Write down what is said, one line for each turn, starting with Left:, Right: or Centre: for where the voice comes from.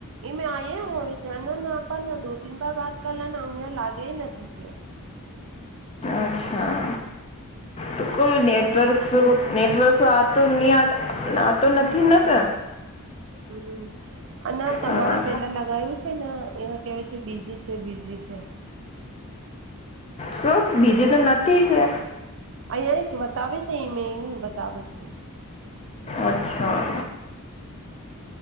Right: ઈ મે અયા <inaudible> ધ્યાન નતુ પણ દો તીન બાર વાત કરલાને અહંયા લાગે નથી છે.
Left: અ્છા તો કોઈ નેટવર્ક
Right: કઈ
Left: નેટવર આતું ની આ નાતો નથી નત
Right: હમ અને તમારે
Left: હા,
Right: પેલા લગાયુ છ છેન એમાં કેવાય છે બીઝી છે બીઝી છે.
Left: શુ બીજી તો નથી છે?
Right: અહીયા એક બતાવે છે એ મેં બતાવો છું.
Left: અચ્છા